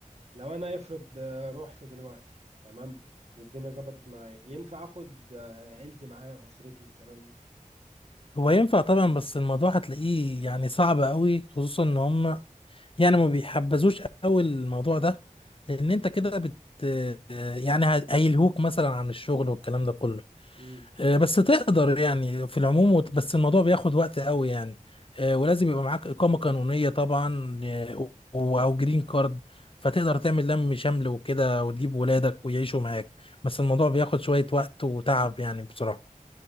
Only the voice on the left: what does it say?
هو ينفع طبعا بس الموضوع هتلاقيه يعني صعب قوي خصوصا ان هم يعني ما بيحبذوش قوي الموضوع ده لان
انت كده بت آه، يعني هيلهوك مثلا عن الشغل والكلام ده كله
آه، بس تقدر يعني في العموم وت- بس الموضوع بياخد وقت قوي يعني آه، ولازم يبقى معاك إقامة قانونية طبعا آه، و- أو جرين كارد فتقدر تعمل لم شمل وكده وتجيب ولادك ويعيشوا معاك بس الموضوع بياخد شوية وقت وتعب يعني بصراحة